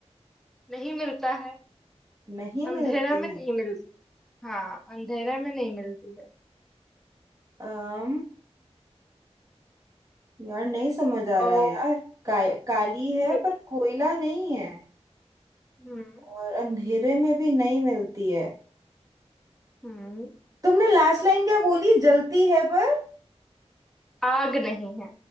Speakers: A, in the centre; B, on the right.
A: नहीं मिलता है
B: नहीं
A: अंधेरा
B: मिलती
A: में
B: है
A: नहीं मिलता हाँ अंधेरा में नहीं मिलती है
B: अम यार नहीं समझ आ
A: और
B: रहा यार काय काली है
A: दे-
B: पर कोयला नहीं है
A: हम्म
B: और अंधेरे में भी नहीं मिलती है
A: हम्म
B: तुमने लास्ट लाइन क्या बोली जलती है पर
A: आग नहीं है